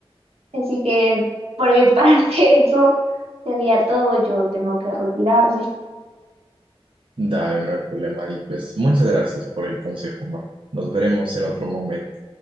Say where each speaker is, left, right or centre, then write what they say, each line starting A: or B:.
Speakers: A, on the right (about 80°); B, on the right (about 55°).
A: Así que por mi <laughs> parte eso sería todo, yo tengo que retirarme.
B: Dale, no hay problema. Y pues muchas gracias por el consejo, Mar. Nos veremos en otro momento.